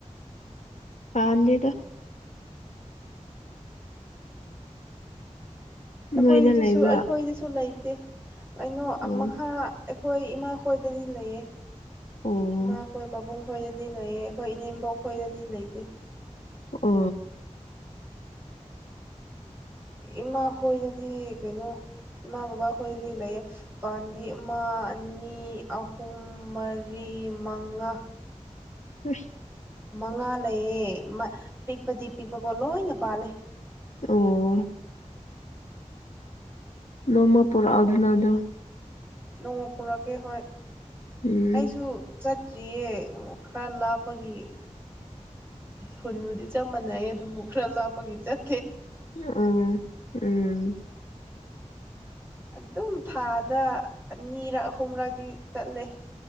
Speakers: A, on the left (about 70°); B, on the right (about 20°).
A: ꯄꯗꯦꯗ
B: ꯑꯩꯈꯣꯏꯗꯨꯁꯨ
A: ꯅꯣꯏꯗ ꯂꯩꯕ꯭ꯔꯥ
B: ꯑꯩꯈꯣꯏꯗꯁꯨ ꯂꯩꯇꯦ ꯀꯩꯅꯣ
A: ꯑꯣ
B: ꯃꯈꯥ ꯑꯩꯈꯣꯏ ꯏꯃꯥ ꯈꯣꯏꯗꯗꯤ ꯂꯩꯌꯦ
A: ꯑꯣ
B: ꯏꯃꯥꯈꯣꯏ ꯄꯥꯕꯨꯡ ꯈꯣꯏꯗꯗꯤ ꯂꯩꯌꯦ ꯑꯩꯈꯣꯏ ꯏꯅꯦꯝꯕꯣꯛ ꯈꯣꯏꯗꯗꯤ ꯂꯩꯇꯦ
A: ꯎ
B: ꯏꯃꯥ ꯍꯣꯏꯗꯗꯤ ꯀꯩꯅꯣ ꯏꯃꯥ ꯕꯕꯥ ꯑꯩꯈꯣꯏꯗꯗꯤ ꯂꯩꯌꯦ ꯄꯥꯝꯕꯤ ꯑꯃ ꯑꯅꯤ ꯑꯍꯨꯝ ꯃꯔꯤ ꯃꯉꯥ
A: ꯍ
B: ꯃꯉꯥ ꯂꯩꯌꯦ ꯄꯤꯛꯄꯗꯤ ꯄꯤꯛꯄꯀꯣ ꯂꯣꯏꯅ ꯄꯥꯜꯂꯦ
A: ꯑꯣ ꯅꯣꯡꯃ ꯄꯣꯔ ꯑꯗꯅꯥꯗ
B: ꯅꯣꯡꯃ ꯄꯨꯔꯛꯀꯦ ꯍꯣꯏ
A: ꯎꯝ
B: ꯑꯩꯁꯨ ꯆꯠꯇ꯭ꯔꯤꯌꯦ ꯈꯔ ꯂꯥꯞꯄꯒꯤ ꯈꯨꯟꯕꯨꯗꯤ ꯆꯞ ꯃꯥꯟꯅꯩ ꯑꯗꯨꯕꯨ ꯈꯔ ꯂꯥꯞꯄꯒꯤ ꯆꯠ
A: ꯑ ꯎꯝ
B: ꯑꯗꯨꯝ ꯊꯥꯗ ꯑꯅꯤꯔꯛ ꯑꯍꯨꯝꯔꯛꯇꯤ ꯇꯠꯂꯦ